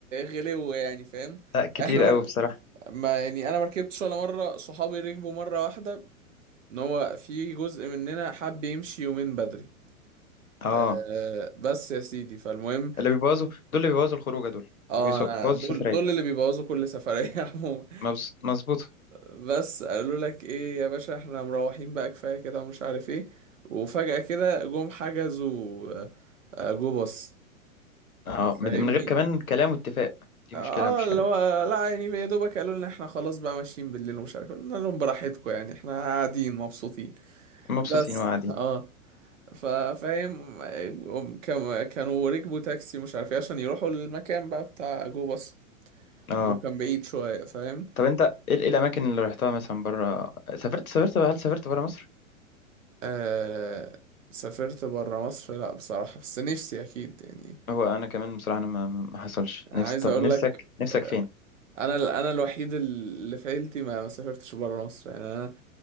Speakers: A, on the right; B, on the left.
A: غلو يعني فاهم
B: لا كتير
A: احنا مر...
B: قوي بصراحة
A: ما يعني انا مركبتش ولا مرة صحابي ركبوا مرة واحدة ان هو في جزء مننا حب يمشي يومين بدري
B: اه
A: أه بس يا سيدي فالمهم
B: اللي بيبوظوا دول اللي بيبوظوا الخروجة دول
A: اه
B: اللي بيس-
A: انا
B: بيبوظوا
A: دول
B: السفرية
A: دول اللي بيبوظوا كل سفرية <laughs> عموما
B: مبس- مظبوط
A: بس قالوا لك ايه يا باشا احنا مروحين بقى كفاية كده ومش عارف ايه وفجأة كده جم حجزوا آه، آه، جو باص
B: اه من
A: فاهمني
B: من غير كمان كلام واتفاق دي
A: اه
B: مشكلة مش
A: اللي
B: حلوة
A: هو لا يعني يا دوبك قالوا لنا احنا خلاص بقى ماشيين بالليل ومش عارف إيه. قلنا لهم براحتكم يعني احنا قاعدين مبسوطين
B: مبسوطين
A: بس
B: وقاعدين
A: اه فا- فاهم هم كم- كانوا ركبوا تاكسي مش عارف ايه عشان يروحوا للمكان بقى بتاع جو باص
B: اه
A: انه كان بعيد شوية فاهم
B: طب انت ايه ايه الاماكن اللي رحتها مثلا بره سافرت سافرت هل سافرت بره مصر
A: آه سافرت برا مصر لا بصراحة بس نفسي أكيد يعني
B: هو انا كمان بصراحة انا ما ما ما حصلش
A: عايز
B: نفس طب
A: أقول
B: نفسك
A: لك
B: نفسك
A: آه،
B: فين
A: أنا أنا الوحيد اللي في عيلتي ما ما سافرتش برا مصر يعني أنا